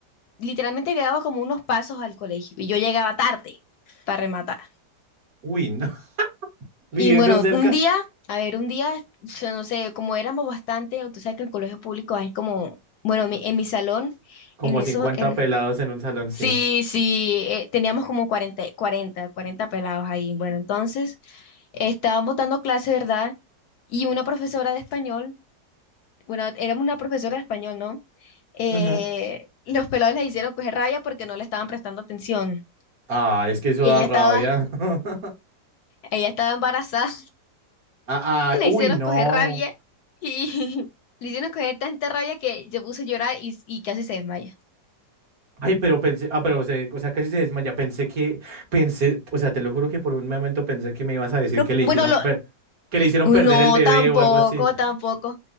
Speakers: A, on the left; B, on the right.
A: literalmente quedaba como unos pasos al colegio y yo llegaba tarde para rematar.
B: uy, no, <laughs> viviendo
A: Y bueno,
B: cerca,
A: un día, a ver, un día, o sea, no sé, como éramos bastante, tú sabes que el colegio público es como, bueno, mi- en mi salón,
B: como
A: en esos,
B: cincuenta
A: en
B: pelados en un salón,
A: Sí,
B: sí.
A: sí, eh, teníamos como cuarenta, cuarenta, 40 pelados ahí. Bueno, entonces estábamos dando clase, ¿verdad? Y una profesora de español, bueno, éramos una profesora de español, ¿no? Eh,
B: Ujú.
A: los pelados les hicieron coger rabia porque no le estaban prestando atención.
B: Ah, es que eso
A: Y
B: da
A: ella
B: rabia.
A: estaba,
B: <laughs>
A: ella estaba embarazada,
B: Ah,
A: <laughs>
B: ah,
A: le
B: uy,
A: hicieron
B: no.
A: coger rabia y <laughs> le hicieron coger tanta rabia que se puso a llorar y, y casi se desmaya.
B: Ay, pero pensé, ah, pero se, o sea, casi se desmaya. Pensé que, pensé, o sea, te lo juro que por un momento pensé que me ibas a decir
A: Lo-
B: que le
A: bueno,
B: hicieron,
A: lo,
B: per- que le hicieron
A: Uy,
B: perder
A: no,
B: el bebé
A: tampoco,
B: o algo así.
A: tampoco.